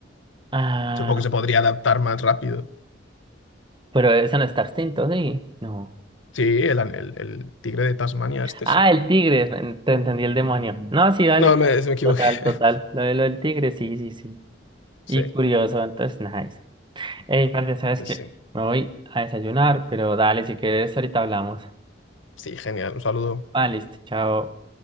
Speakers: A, on the right; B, on the left.
A: Ah,
B: Supongo que se podría adaptar más rápido.
A: pero eso no está extinto, sí. No.
B: Sí, el, an- el, el tigre de Tasmania, este
A: Ah,
B: sí.
A: el tigre, en- te entendí el demonio. No, sí, dale.
B: No, me, me equivoqué.
A: Total,
B: <laughs>
A: total. Lo de lo del tigre, sí, sí, sí.
B: Sí,
A: Y curioso, entonces, nice. Ey, parce, ¿sabes
B: pues
A: qué?
B: sí.
A: Me voy a desayunar, pero dale, si quieres, ahorita hablamos.
B: Sí, genial, un saludo.
A: Ah, listo, chao.